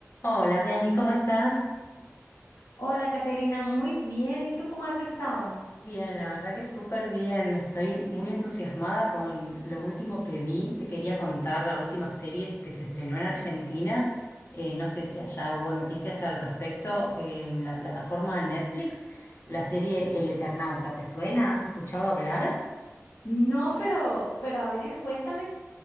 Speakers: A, on the left (about 50°); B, on the left (about 75°).
A: Hola, Bianchi, ¿cómo estás?
B: Hola, Caterina, muy bien. ¿Y tú cómo has estado?
A: Bien, la verdad que súper bien. Estoy muy entusiasmada con lo último que vi. Te quería contar la última serie que se estrenó en Argentina. Eh, no sé si allá hubo noticias al respecto en la plataforma Netflix. La serie El Eternauta, ¿te suena? ¿Has escuchado hablar?
B: No, pero, pero a ver, cuéntame.